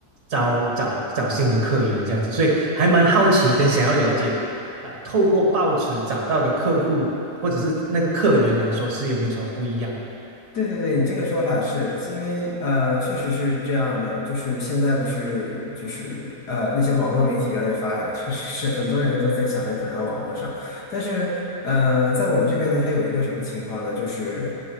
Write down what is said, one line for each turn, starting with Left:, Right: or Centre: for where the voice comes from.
Right: 招找找新的客源这样子，所以还蛮好奇跟想要了解，呃，透过报纸找到的客户或者是那个客源来说是有没有什么不一样？
Left: 对对对，你这个说法是是因为呃，确实是这样的，就是现在不是就是呃那些网络媒体越来越发达，确实是很多人都在想着转到网络上，但是呃，在我们这边呢，它有一个什么情况呢？就是